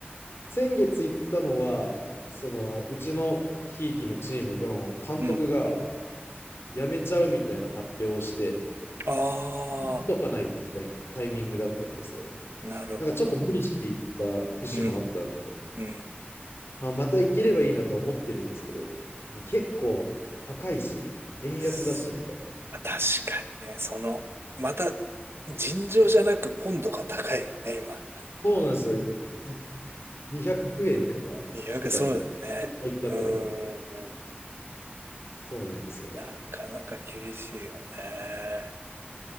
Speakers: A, on the left; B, on the right.
A: 先月行ったのは、その、うちのひいきのチームが、監督が
B: うん。
A: 辞めちゃうみたいな発表をして、
B: あ
A: 見とかないとみたいなタイミングだったんですよ。
B: あ、なるほど。
A: なんかちょっと無理して行った節もあったんで、
B: うん、うん。
A: まあ、また行ければいいなとは思ってるんですけど、結構高いし、円安だしみたいな。
B: す確かにね、その、また、尋常じゃなくポンドが高いね、今。
A: そうなんですよ。い200円とかしてたんで、
B: 200、そうだよね。
A: ここ行った頃。
B: うーん。
A: そうなんですよね。
B: なかなか厳しいよね。